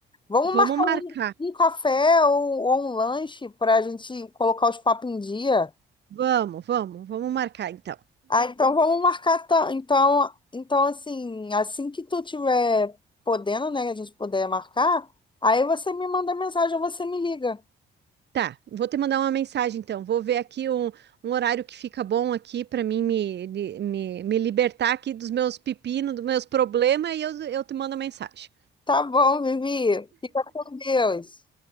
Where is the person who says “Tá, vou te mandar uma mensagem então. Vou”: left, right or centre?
Right